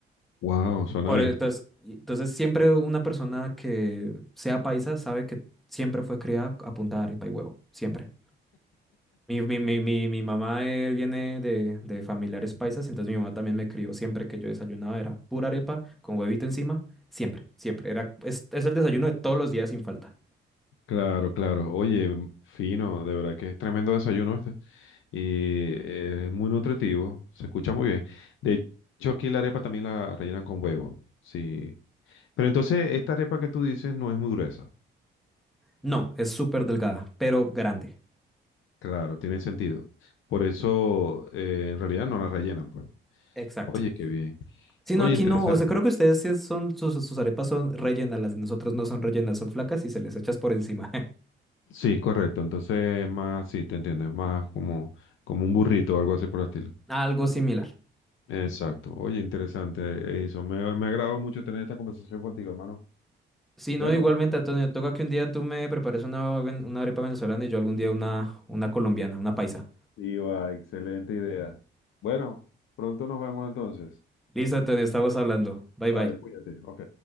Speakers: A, on the left; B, in the centre.
A: Wow, suena
B: Por,
A: bien.
B: e, entonces, y- entonces, siempre una persona que sea paisa sabe que siempre fue criada a punta de arepa y huevo, siempre. Mi, mi, mi, mi, mi mamá eh, viene de, de familiares paisas, entonces mi mamá también me crió siempre que yo desayunaba, era pura arepa con huevito encima, siempre, siempre. Era, es, es el desayuno de todos los días sin falta.
A: Claro, claro. Oye, m- fino, de verdad que es tremendo desayuno este. Y eh, es muy nutritivo, se escucha muy bien. De hecho, aquí la arepa también la rellenan con huevo. Sí, Pero entonces, esta arepa que tú dices no es muy gruesa.
B: No, es súper delgada, pero grande.
A: Claro, tiene sentido. Por eso, eh, en realidad no la rellenan, pues.
B: Exacto.
A: Oye, qué bien.
B: Sí,
A: Oye,
B: no, aquí
A: interesante.
B: no, o sea, creo que ustedes sí son, sus, sus arepas son rellenas, las de nosotros no son rellenas, son flacas y se les echas por encima.
A: Sí, correcto. Entonces, es más, sí, te entiendo. Es más como, como un burrito o algo así por el estilo.
B: <laughs> Algo similar.
A: Exacto. Oye, interesante eso. Me, me ha agradado mucho tener esta conversación contigo, hermano.
B: Sí,
A: Bueno,
B: no, igualmente, Antonio, toca que un día tú me prepares una, ven- una arepa venezolana y yo algún día una, una colombiana, una paisa.
A: Iba, excelente idea. Bueno, pronto nos vemos entonces.
B: Listo, Antonio, estamos hablando. Bye,
A: Vale,
B: bye.
A: cuídate. Ok.